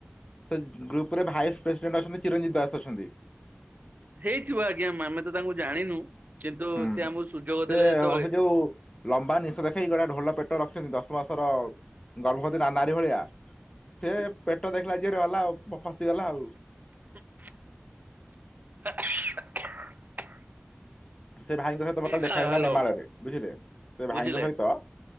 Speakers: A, on the left (about 25°); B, on the right (about 45°).
A: ସେ ଗ୍ରୁପ୍ ରେ ଭାଇସ୍ ପ୍ରେସିଡେଣ୍ଟ ଅଛନ୍ତି ଚିରଞ୍ଜିତ ଦାସ ଅଛନ୍ତି।
B: ହେଇଥିବ ଆଜ୍ଞା ଆମେ ତ ତାଙ୍କୁ ଜାଣିନୁ। କିନ୍ତୁ
A: ହୁଁ,
B: ସେ
A: ହୁଁ,
B: ଆମକୁ ସୁଯୋଗ
A: ସେ
B: ଦେଲେ ଯେତେବେଳେ
A: ଅହେ ଯୋଉ ଲମ୍ବା ନିଷ ଦେଖେଇ ଗୋଟେ ଢୋଲ ପେ ଟ ରଖିଛନ୍ତି ଦଶ ମାସର ଗର୍ଭବତୀ ନା ନାରୀ ଭଳିଆ। ସେ ପେଟ ଦେଖିଲା ଯିଏ ରହିଲା ଆଉ ଫ-ଫସିଗଲା ଆଉ।
B: <inaudible>
A: ସେ ଭାଇଙ୍କ ସହିତ ମୋର
B: ହ୍ୟାଲୋ
A: ଦେଖା ହେଇଥିଲା ନେମାଳରେ ବୁଝିଲେ। ସେ
B: ବୁଝିଲେ
A: ଭାଇଙ୍କ ସହିତ